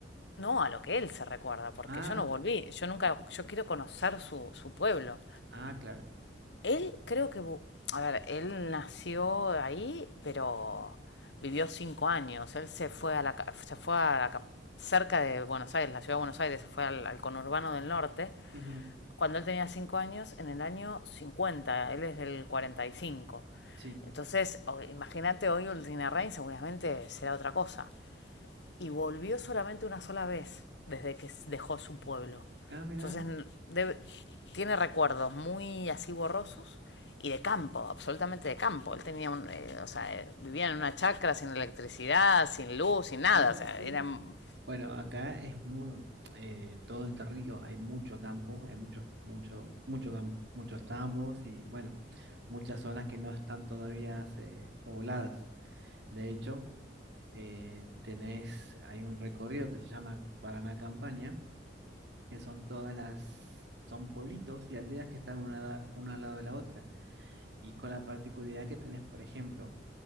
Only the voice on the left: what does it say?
no a lo que él se recuerda, porque
yo no volví, yo nunca, yo quiero conocer su, su pueblo.
Él creo que, a ver, él nació ahí, pero vivió cinco años. Él se fue a la, se fue a la cerca de Buenos Aires, la ciudad de Buenos Aires, se fue al, al conurbano del norte.
Cuando él tenía cinco años, en el año 50, él es del 45.
Entonces, imagínate hoy Ultinarrain seguramente será otra cosa y volvió solamente una sola vez desde que dejó su pueblo.
Entonces debe- tiene recuerdos muy así borrosos y de campo, absolutamente de campo. Él tenía un, eh, o sea, eh, vivía en una chacra sin electricidad, sin luz, sin nada.
O sea,
era Mm,